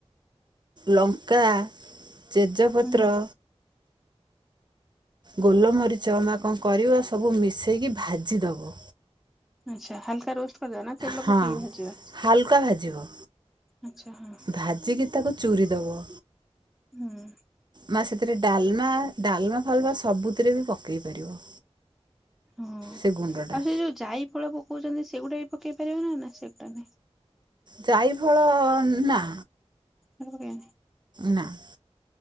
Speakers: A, on the right; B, in the centre.
A: ଲଙ୍କା ଜେଜପତ୍ର
B: ହୁଁ
A: ଗୋଲମରିଚ ନା କଣ କରିବ ସବୁ ମିଶେଇକି ଭାଜିଦବ।
B: ଆଛା ହାଲକା ରୋଷ୍ଟ। <inaudible>
A: ହଁ
B: ପକେଇକି ଭାଜିବା?
A: ହାଲକା ଭାଜିବ
B: ଆଚ୍ଛା ହଁ
A: ଭାଜିକି ତାକୁ ଚୁୁରିଦବ।
B: ହୁଁ।
A: ମା ସେଥିରେ ଡାଲମା ଡାଲମା ଫାଲମା ସବୁଥିରେ ବି ପକେଇ ପାରିବ।
B: ହଁ ଆଉ
A: ସେ ଗୁଣ୍ଡଟା
B: ସେ ଯୋଉ ଜାଇଫଳ ପକଉଛନ୍ତି ସେଗୁଡ଼ାବି ପକେଇ ପାରିବ ନା ନା ସେଗୁଡ଼ା ନାଇଁ।
A: ଜାଇଫଳ ନା
B: ହୁଁ।
A: ନା। <inaudible>